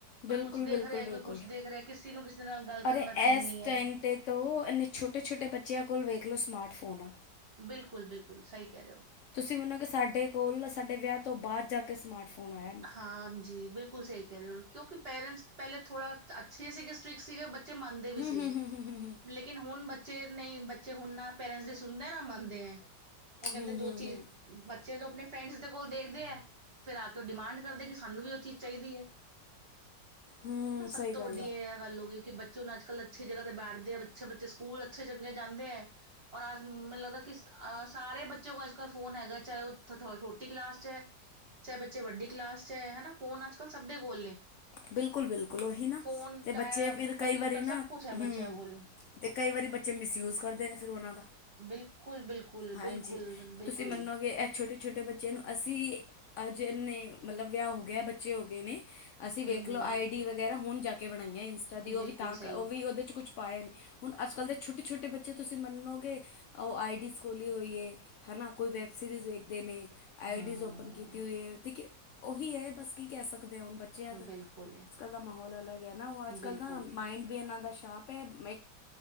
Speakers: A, on the left (about 90°); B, on the right (about 45°).
A: ਬਿਲਕੁਲ
B: ਕੋਈ ਕੁਛ
A: ਬਿਲਕੁਲ
B: ਦੇਖ ਰਿਹਾ
A: ਬਿਲਕੁਲ
B: ਕੋਈ ਕੁਛ ਦੇਖ ਰਿਹਾ ਕਿਸੇ ਨੂੰ ਕਿਸੇ ਦੇ ਨਾਲ ਗੱਲ
A: ਅਰੇ
B: ਕਰਨ ਦਾ ਟਾਈਮ
A: ਇਸ
B: ਨਈ ਹੈ
A: ਟਾਈਮ ਤੇ ਤੋ ਇਨੇ ਛੋਟੇ-ਛੋਟੇ ਬੱਚਿਆਂ ਕੋਲ ਵੇਖ ਲਓ ਸਮਾਰਟਫੋਨ ਆ
B: ਬਿਲਕੁਲ ਬਿਲਕੁਲ ਸਹੀ ਕਹਿ ਰਹੇ ਹੋ
A: ਤੁਸੀਂ ਮੰਨੋਗੇ ਸਾਡੇ ਕੋਲ ਸਾਡੇ ਵਿਆਹ ਤੋਂ ਬਾਦ ਜਾ ਕੇ ਸਮਾਰਟ ਫੋਨ ਆਇਆ ਹੂੰ
B: ਹਾਂਜੀ ਬਿਲਕੁਲ ਸਹੀ ਕਹਿ ਰਹੇ ਹੋ ਕਿਉਂਕਿ ਪੇਰੈਂਟਸ ਪਹਿਲੇ ਥੋੜਾ ਅੱਛੇ ਸੀਗੇ ਸਟ੍ਰਿਕਟ ਸੀਗੇ ਬੱ ਬੱਚੇ ਮੰਨਦੇ ਵੀ
A: ਹੂੰ
B: ਸੀਗੇ
A: ਹੂੰ ਹੂੰ ਹੂੰ ਹੂੰ
B: ਲੇਕਿਨ ਹੁਣ ਬੱਚੇ ਨਹੀਂ ਬੱਚੇ ਹੁਣ ਨਾ ਪੇਰੈਂਟਸ ਦੀ ਸੁਣਦੇ ਨਾ ਮੰਨਦੇ ਐ ਉਹ ਕਹਿੰਦੇ
A: ਹੂੰ
B: ਜੋ ਚੀਜ਼
A: ਹੂੰ ਹੂੰ
B: ਬੱਚੇ ਜੋ ਆਪਣੇ ਫਰੈਂਡਸ ਦੇ ਕੋਲ ਦੇਖਦੇ ਐ ਫੇਰ ਆ ਕੇ ਉਹ ਡਿਮਾਂਡ ਕਰਦੇ ਕਿ ਸਾਨੂੰ ਵੀ ਉਹ ਚੀਜ਼ ਚਾਹੀਦੀ ਏ
A: ਹੂੰ,
B: ਹਨਾ
A: ਸਹੀ
B: ਸਭ ਤੋਂ
A: ਗੱਲ
B: ਵੱਡੀ ਇਹ ਆ ਗੱਲ ਹੋ ਕਿਉਂਕਿ ਬੱਚੇ ਹੁਣ ਅੱਜ ਕੱਲ ਅੱਛੀ ਜਗ੍ਹਾ ਤੇ ਬੈਠਦੇ ਆ ਅੱਛੇ ਬੱਚੇ ਸਕੂਲ ਅੱਛੇ ਚੰਗੇ ਜਾਂਦੇ ਐ ਔਰ ਆਜ ਮੈਨੂੰ ਲੱਗਦਾ ਕਿ ਅ ਸਾਰੇ ਬੱਚਿਆਂ ਕੋਲ ਅੱਜ ਕੱਲ ਫੋਨ ਹੈਗਾ ਚਾਹੇ ਉਹ ਥ ਛੋਟੀ ਕਲਾਸ ਚ ਐ ਚਾਹੇ ਬੱਚੇ ਵੱਡੀ ਕਲਾਸ ਚ ਹਨਾ ਫੋਨ ਅੱਜ ਕੱਲ੍ਹ ਸਭ ਦੇ ਕੋਲ ਨੇ
A: ਬਿਲਕੁਲ ਬਿਲਕੁਲ ਉਹੀ ਨਾ
B: ਫੋਨ
A: ਤੇ
B: ਟੈਬ
A: ਬੱਚੇ ਫੇਰ
B: ਕੰਪਿਊਟਰ
A: ਕਈ ਵਾਰੀ ਨਾ,
B: ਸਭ ਕੁਛ ਹੈ
A: ਹੂੰ
B: ਬੱਚਿਆਂ ਕੋਲ।
A: ਤੇ ਕਈ ਵਾਰੀ ਬੱਚੇ ਮਿਸਯੂਜ ਕਰਦੇ ਨੇ ਫਿਰ ਉਹਨਾਂ ਦਾ
B: ਬਿਲਕੁਲ ਬਿਲਕੁਲ
A: ਹਾਂਜੀ,
B: ਬਿਲਕੁਲ ਬਿਲਕੁਲ
A: ਤੁਸੀਂ ਮੰਨੋਗੇ ਇਹ ਛੋਟੇ-ਛੋਟੇ ਬੱਚੇ ਨੂੰ ਅਸੀਂ ਅੱਜ ਇਨੇ ਮਤਲਬ ਵਿਆਹ ਹੋ ਗਿਆ ਬੱਚੇ ਹੋ ਗਏ ਨੇ ਅਸੀਂ ਵੇਖ
B: ਹੂੰ-ਹੂੰ,
A: ਲੋ ਆਈ ਡੀ ਵਗੈ ਵਗੈਰਾ ਹੁਣ ਜਾ ਕੇ ਬਣਾਈਆਂ ਇੰਸਟਾ ਦੀ ਉਹ
B: ਬਿਲਕੁਲ
A: ਵੀ ਤਾਂ
B: ਸਹੀ
A: ਉਹ ਵੀ ਉਹਦੇ ਚ ਕੁਛ ਪਾਇਆ ਨੀਂ ਹੁਣ ਅੱਜ ਕੱਲ੍ਹ ਦੇ ਛੋਟੇ-ਛੋਟੇ ਬੱਚੇ ਤੁਸੀਂ ਮੰਨੋਗੇ ਉਹ ਆਈਡੀਜ਼ ਖੋਲੀ ਹੋਈ ਐ ਹਨਾ ਕੋਈ ਵੈਬ ਸੀਰੀਜ਼ ਵੇਖਦੇ ਨੇ ਆਈ
B: ਹੂੰ,
A: ਡੀਜ਼ ਓਪਨ ਕੀਤੀ ਹੋਈ ਐ ਉਹੀ ਐ ਬਸ ਕੀ ਕਹਿ ਸਕਦੇ ਆ ਹੁਣ ਬੱ ਬੱਚਿਆਂ ਦਾ ਅੱਜ
B: ਬਿਲਕੁਲ।
A: ਕੱਲ ਦਾ ਮਾਹੌਲ ਅਲੱਗ ਐ ਨਾ ਉਹ ਅੱਜ
B: ਬਿਲਕੁਲ,
A: ਕੱਲ ਦਾ ਮਾਇੰਡ ਵੀ ਇਹਨਾਂ ਦਾ ਸ਼ਾਰਪ ਮ